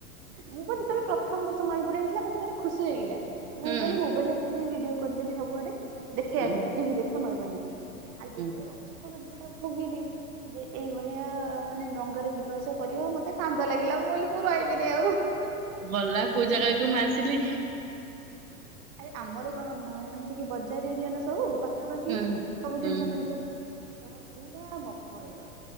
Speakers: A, on the right (about 35°); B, on the right (about 60°).
A: ମୁଁ ପା ଯେତେବେଳେ ପ୍ରଥମ ବର୍ଷ ନଈବଢ଼ି ହେଇଥିଲା ମୋତେ ମାନେ ଖୁସି ହେଇଗିଲା।
B: ହୁଁ
A: ମୁଁ କଲି ମୋବାଇଲ୍ ରେ ଖାଲି ଭିଡିଓ କରିଦେଲି ସବୁଆଡେ ଦେଖେଇବା
B: ହୁଁ
A: ପାଇଁ। ଯେ ହେଇ ଦେଖ ନଇଁ ପାଣି ହେଇଛି। ଆଉ ଯେତେବେଳେ
B: ହୁଁ।
A: ଅସୁବିଧା ଟା ଭୋଗିଲି ଯେ ଏଇଭଳିଆ ମାନେ ଡ଼ଙ୍ଗାରେ ଯିବା ଆସିବା କରିବା ମତେ କାନ୍ଦ ଲାଗିଲା ମୁଁ କହିଲି ମୁଁ ରହିବିନି ଆଉ। ମୁଁ
B: ଗଲା କୋଉ ଜାଗାକୁ ମୁଁ ଆସିଲି
A: ଆରେ ଆମର କଣ ମାନେ ବଜାର ଏରିଆ ନା ସବୁ ପାଖାପାଖି
B: ହୁଁ
A: ସବୁ
B: ହୁଁ
A: ଜିନିଷ ମିଳଯିବ। ତାଙ୍କର ପୁରା ମଫୁ ଏରିଆ